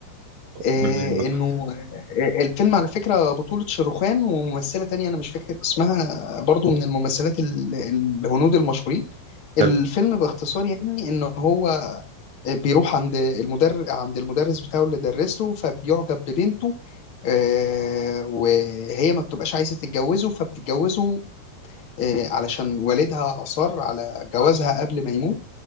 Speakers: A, on the left (about 35°); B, on the right (about 70°).
A: آه،
B: قولي الملخص
A: انه آه، آه، الفيلم على فكرة بطولة شاروخان وممثلة تانية انا مش فاكر اسمها برضو من الممثلات ال- الهنود المشهورين الفيلم
B: حلو
A: باختصار يعني ان هو بيروح عند المدرس عند المدرس بتاعه اللي درس له فبيعجب ببنته آه، وهي ما بتبقاش عايزه تتجوزه فبتتجوزه آه، علشان والدها اصر على جوازها قبل ما يموت